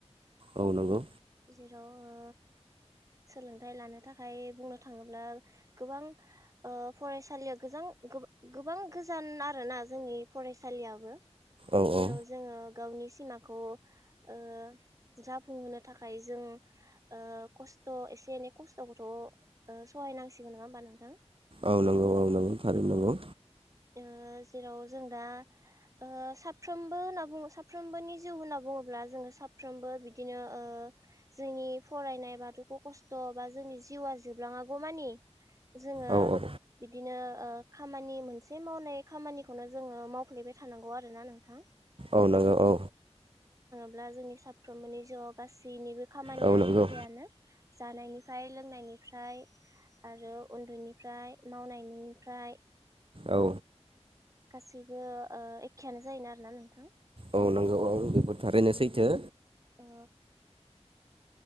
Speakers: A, on the right; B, on the right.
A: औ नंगौ
B: जेराव ओ सोलोंथाइ लानो थाखाय बुंनो थाङोब्ला गोबां ओ फरायस सालिया गोजं गोब गोबां गोजान आरो ना जोंनि फरायसालियाबो
A: औ
B: जेराव
A: औ
B: जोङो गावनि सिमाखौ, ओ जाफुंहोनो थाखाय जों ओ खस्थ' एसे एनै खस्थ'खौथ' ओ सहायनांसिगोन नङा होनबा नोंथां?
A: औ नंगौ औ नांगौ थारैनो नांगौ।
B: ओ जेराव जों दा ओ साफ्रोमबो होन्ना बुङो साफ्रोमबोनि जिउ होन्ना बुङोब्ला जोङो साफ्रोमबो बिदिनो ओ जोंनि फरायनाय बा दुखु खस्थ' बा जोंनि जिउआ जोबलाङागौ मानि जोङो
A: औ औ
B: ओ ओ खामानि मोनसे मावनाय खामानिखौनो जोङो मावफ्लेबाय थानांगौ आरोना नोंथां।
A: औ नंगौ औ।
B: ब्ला जोंनि साफ्रोमबोनि जिउआव गासैनिबो खामानिया
A: औ नंगौ
B: एखेयनो जानायनिफ्राय लो <unintelligible> नायनिफ्राय आरो उन्दैनिफ्राय मावनायनिफ्राय
A: औ।
B: गासैबो ओ एखेयानो जायोना आरोना नोंथां?
A: औ नंगौ औ बे थारैनो सैथो।
B: ओ।